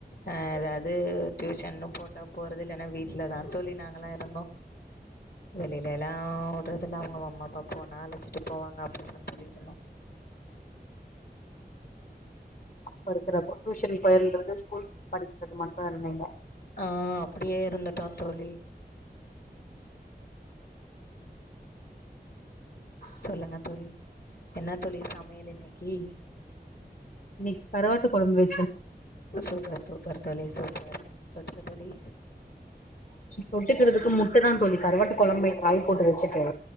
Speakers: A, on the left; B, on the left.
A: அ எதாது டியூஷன்னு போட்டா போறது இல்ல ஏனா வீட்லதா தோழி நாங்கலா இருந்தோ வெளியிலெலா உட்றதில்ல அவுங்க அம்மா அப்பா போனா அழைச்சிட்டு போவாங்க அப்டிதா தோழி இருந்தோ
B: அப்ப இருக்கிறப்போ டியூஷன் பயில்றது ஸ்கூல் படிக்கறது மட்டு இருந்தீங்க
A: ஆ அப்டியே இருந்துட்டோ தோழி சொல்லுங்க தோழி என்ன தோழி சமையல் இன்னைக்கி
B: இன்னைக்கி கரவாட்டுக் கொழம்பு வெச்
A: சூப்பர் சூப்பர் தோழி சூப்பர் தொட்டுக்க தோழி
B: தொட்டுக்கிறதுக்கு முட்ட தா தோழி கருவாட்டு கொழம்ப காய் போட்டு வெச்சுட்டு